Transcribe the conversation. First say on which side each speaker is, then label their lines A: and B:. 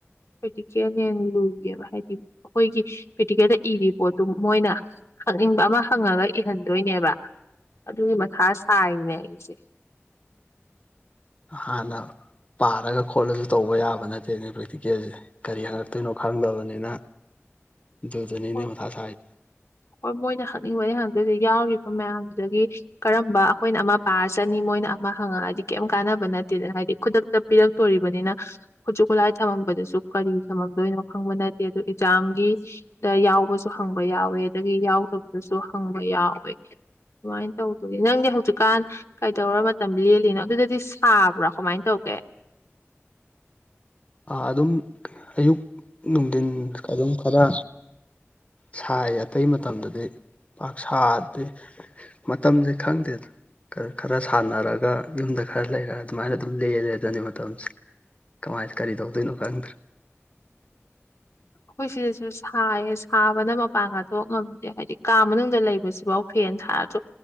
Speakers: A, on the left; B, on the left.
A: ꯄ꯭ꯔꯦꯛꯇꯤꯀꯦꯜ ꯍꯦꯟꯅ ꯂꯨꯏꯌꯦꯕ ꯍꯥꯏꯗꯤ ꯑꯩꯈꯣꯏꯒꯤ ꯄ꯭ꯔꯦꯛꯇꯤꯀꯦꯜꯗ ꯏꯔꯤ ꯄꯣꯠꯇꯨ ꯃꯣꯏꯅ ꯍꯪꯅꯤꯡꯕ ꯑꯃ ꯍꯪꯉꯒ ꯏꯍꯟꯗꯣꯏꯅꯦꯕ ꯑꯗꯨꯒꯤ ꯃꯊꯥ ꯁꯥꯏꯅꯦ ꯑꯩꯁꯦ
B: ꯍꯥꯟꯅ ꯄꯥꯔꯒ ꯈꯣꯠꯂꯁꯨ ꯇꯧꯕ ꯌꯥꯕ ꯅꯠꯇꯦꯅꯦ ꯄ꯭ꯔꯦꯛꯇꯤꯀꯦꯜꯁꯦ ꯀꯔꯤ ꯍꯪꯉꯛꯇꯣꯏꯅꯣ ꯈꯪꯗꯕꯅꯤꯅ ꯑꯗꯨꯗꯅꯤꯅꯦ
A: ꯍꯣꯏ
B: ꯃꯊꯥꯁꯥꯏ
A: ꯍꯣꯏ ꯃꯣꯏꯅ ꯍꯪꯅꯤꯡꯕꯗꯤ ꯍꯪꯉꯛꯗꯣꯏꯗꯤ ꯌꯥꯎꯔꯤꯕ ꯃꯌꯥꯝꯗꯨꯗꯒꯤ ꯀꯔꯝꯕ ꯑꯩꯈꯣꯏꯅ ꯑꯃ ꯄꯥꯔ ꯆꯅꯤ ꯃꯣꯏꯅ ꯑꯃ ꯍꯪꯉꯛꯑꯗꯤ ꯀꯩꯝ ꯀꯥꯟꯅꯕ ꯅꯠꯇꯦꯗꯅ ꯍꯥꯏꯗꯤ ꯈꯨꯗꯛꯇ ꯄꯤꯔꯛꯇꯣꯔꯤꯕꯅꯤꯅ ꯈꯨꯠꯁꯨ ꯈꯨꯠꯂꯥꯏ ꯊꯝꯃꯝꯕꯗꯨꯁꯨ ꯀꯔꯤ ꯊꯝꯃꯝꯗꯣꯏꯅꯣ ꯈꯪꯕ ꯅꯠꯇꯦ ꯑꯗꯨ ꯑꯦꯛꯖꯥꯝꯒꯤ ꯗ ꯌꯥꯎꯕꯁꯨ ꯍꯪꯕ ꯌꯥꯎꯋꯦ ꯗꯒꯤ ꯌꯥꯎꯗꯕꯗꯨꯁꯨ ꯍꯪꯕ ꯌꯥꯎꯋꯦ ꯑꯗꯨꯃꯥꯏꯅ ꯇꯧꯗꯒ ꯅꯪꯗꯤ ꯍꯧꯖꯤꯛꯀꯥꯟ ꯀꯩꯗꯧꯔ ꯃꯇꯝ ꯂꯦꯜꯂꯤꯅꯣ ꯑꯗꯨꯗꯗꯤ ꯁꯥꯕ꯭ꯔꯥ ꯀꯃꯥꯏꯅ ꯇꯧꯒꯦ
B: ꯑꯗꯨꯝ ꯑꯌꯨꯛ ꯅꯨꯡꯊꯤꯟ ꯑꯗꯨꯝ ꯈꯔ ꯁꯥꯏ ꯑꯇꯩ ꯃꯇꯝꯗꯗꯤ ꯄꯥꯛ ꯁꯥꯗꯦ ꯃꯇꯝꯁꯦ ꯈꯪꯗꯦ ꯈꯔ ꯁꯥꯟꯅꯔꯒ ꯌꯨꯝꯗ ꯈꯔ ꯂꯩꯔꯒ ꯑꯗꯨꯃꯥꯏꯅ ꯑꯗꯨꯝ ꯂꯦꯜꯂꯦ ꯑꯗꯨꯅꯤ ꯃꯇꯝꯁꯦ ꯀꯃꯥꯏꯅ ꯀꯔꯤ ꯇꯧꯗꯣꯏꯅꯣ ꯈꯪꯗ꯭ꯔꯦ
A: ꯑꯩꯈꯣꯏ ꯁꯤꯗꯁꯨ ꯁꯥꯏꯌꯦ ꯁꯥꯕꯅ ꯃꯄꯥꯟꯒ ꯊꯣꯛꯉꯝꯗꯦ ꯍꯥꯏꯗꯤ ꯀꯥ ꯃꯅꯨꯡꯗ ꯂꯩꯕꯁꯤꯐꯥꯎ ꯐꯦꯟ ꯊꯥꯔꯁꯨ